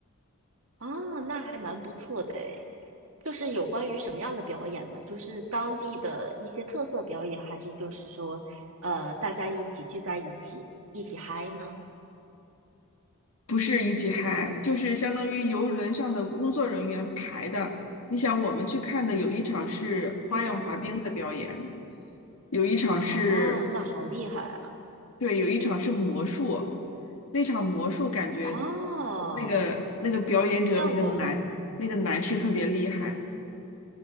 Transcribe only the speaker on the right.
哦，那还蛮不错的诶。就是有关于什么样的表演呢？就是当地的一些特色表演，还是就是说，呃，大家一起聚在一起，一起嗨呢？
嗯嗯，
哦，那好厉害啊！
哦，
那我，